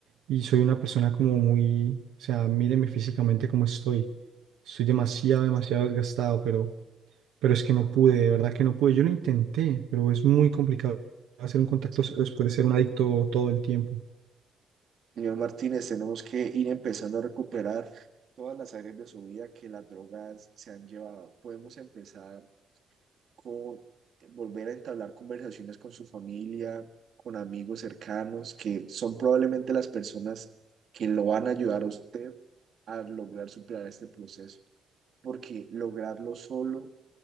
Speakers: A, on the right (about 90°); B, on the right (about 60°).
A: y soy una persona como muy, o sea, míreme físicamente cómo estoy. Estoy demasiado, demasiado desgastado, pero, pero es que no pude, de verdad que no pude. Yo lo intenté, pero es muy complicado hacer un contacto
B: Es que-
A: cero después de ser un adicto todo el tiempo.
B: Señor Martínez, tenemos que ir empezando a recuperar todas las áreas de su vida que las drogas se han llevado. Podemos empezar con volver a entablar conversaciones con su familia, con amigos cercanos, que son probablemente las personas que lo van a ayudar a usted a lograr superar este proceso, porque lograrlo solo